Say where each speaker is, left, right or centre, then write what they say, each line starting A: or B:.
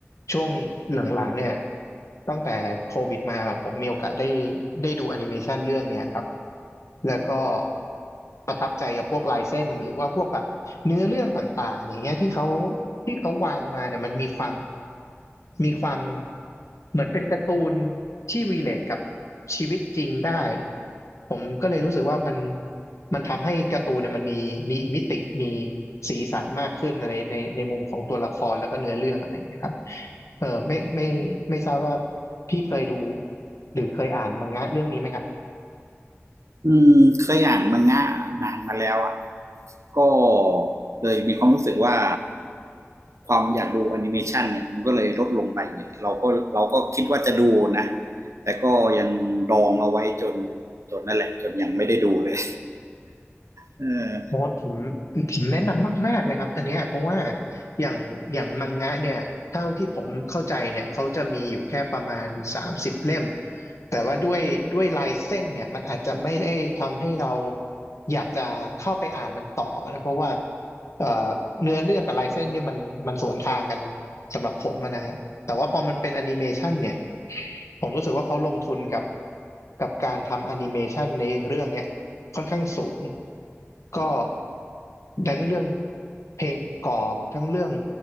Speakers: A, on the left; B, on the right.
A: ช่วงหลังๆเนี่ยตั้งแต่โควิดมาผมมีโอกาสได้ได้ดูแอนิเมชันเรื่องเนี้ยครับแล้วก็ประทับใจกับพวกลายเส้นหรือว่าพวกแบบเนื้อเรื่องต่างๆอย่างเงี้ยที่เขาที่เขาวางมาเนี่ยมันมีความ มีความเหมือนเป็นการ์ตูนที่วีเลทกับชีวิตจริงได้ผมก็เลยรู้สึกว่ามันมันทำให้การ์ตูนเนี่ยมันมีมีมิติมีสีสันมากขึ้นในในในมุมของตัวละครแล้วก็เนื้อเรื่องอะไรอย่างเงี้ยครับเออไม่ไม่ไม่ทราบว่าพี่เคยดูหรือเคยอ่านมังงะเรื่องนี้ไหมครับ
B: อืมเคยอ่านมังงะนานมาแล้วอ่ะก็เลยมีความรู้สึกว่าความอยากดูแอนิเมชันเนี่ยมันก็เลยลดลงไปเนี่ยเราก็เราก็คิดว่าจะดูนะแต่ก็ยังดองเอาไว้จนจนนั่นแหละจนยังไม่ได้ดูเลยเออ
A: โอ้ผมผมแนะนำมากๆเลยครับอันเนี้ยเพราะว่าอย่างอย่างมังงะเนี่ยเท่าที่ผมเข้าใจเนี่ยเขาจะมีอยู่แค่ประมาณสามสิบเล่มแต่ว่าด้วยด้วยลายเส้นเนี่ยมันอาจจะไม่ได้ทำให้เราอยากจะเข้าไปอ่านมันต่อนะเพราะว่าเอ่อเนื้อเรื่องกับลายเส้นเนี่ยมันมันสวนทางกันสำหรับผมอะนะฮะแต่ว่าพอมันเป็นแอนิเมชันเนี่ยผมรู้สึกว่าเขาลงทุนกับกับการทำแอนิเมชันในเรื่องเนี้ย ค่อนข้างสูงก็ทั้งเรื่องเพลงประกอบ ทั้งเรื่อง